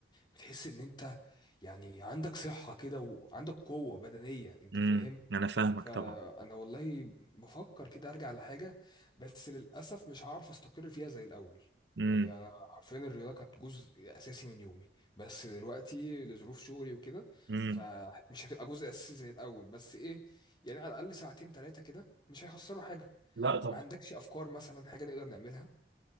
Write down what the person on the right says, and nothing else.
امم
انا فاهمك
طبعا
امم
امم
لا طبعا